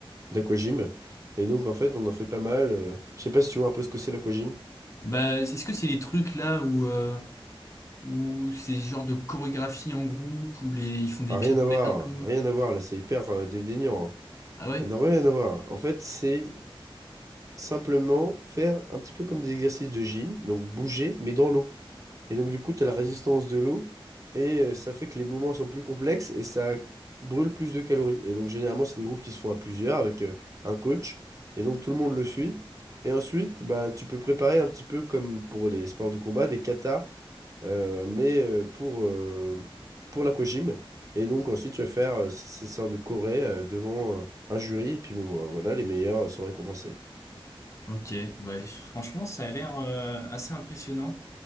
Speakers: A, on the right; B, on the left.
A: d'aquagym. Et donc, en fait, on en fait pas mal. euh, je sais pas si tu vois un peu ce que c'est l'aquagym.
B: Bah, est-ce que c'est les trucs là où euh, Ou c'est ce genre de chorégraphie en groupe où les, ils font des
A: Ah,
B: pirouettes
A: rien à voir,
B: un peu.
A: rien à voir, là, c'est hyper euh, dédaignant. hein.
B: Ah ouais?
A: Ça n'a rien à voir. En fait, c'est simplement faire un petit peu comme des exercices de gym, donc bouger, mais dans l'eau. Et donc, du coup, tu as la résistance de l'eau, et euh, ça fait que les mouvements sont plus complexes, et ça brûle plus de calories. Et donc, généralement, c'est des groupes qui se font à plusieurs, avec euh, un coach, et donc tout le monde le suit. Et ensuite, bah, tu peux préparer un petit peu comme pour les sports de combat, des katas euh, mais euh, pour, euh, pour l'aquagym. Et donc ensuite tu vas faire euh, ces ces sortes de chorés euh, devant euh, un jury, et puis bon bah, voilà, les meilleurs euh, sont récompensés.
B: Ok. Bah, franchement, ça a l'air euh, assez impressionnant.